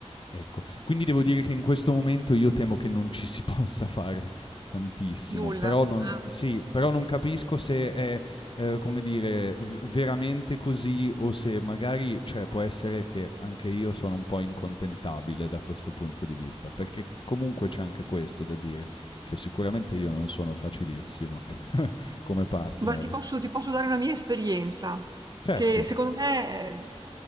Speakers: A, on the left (about 50°); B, on the right (about 35°).
A: Ecco, quindi devo dire che in questo momento io temo che non ci si <laughs> possa fare tantissimo,
B: Nulla,
A: però non
B: ah.
A: sì, però non capisco se è, ehm, come dire, v veramente così o se magari cioè può essere che anche io sono un po' incontentabile da questo punto di vista, perché comunque c'è anche questo da dire, cioè sicuramente io non sono facilissimo <laughs> come partner.
B: Beh, ti posso ti posso dare una mia esperienza,
A: Certo.
B: che secondo me è